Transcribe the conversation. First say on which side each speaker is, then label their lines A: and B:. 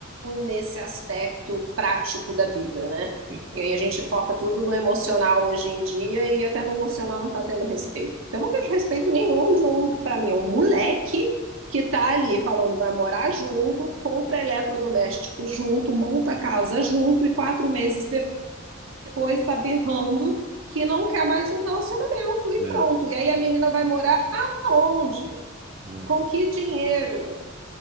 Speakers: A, on the right; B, on the right.
A: nesse aspecto prático da vida, né?
B: Sim.
A: E aí a gente foca tudo no emocional hoje em dia e até no emocional não está tendo respeito. Eu não vejo respeito nenhum de um, para mim, um moleque que tá ali falando que vai morar junto, compra eletrodoméstico junto, monta casa junto e quatro meses depois tá berrando que não quer mais um relacionamento e
B: Meu,
A: pronto. E aí a menina vai morar aonde?
B: meu
A: Com
B: Deus.
A: que dinheiro?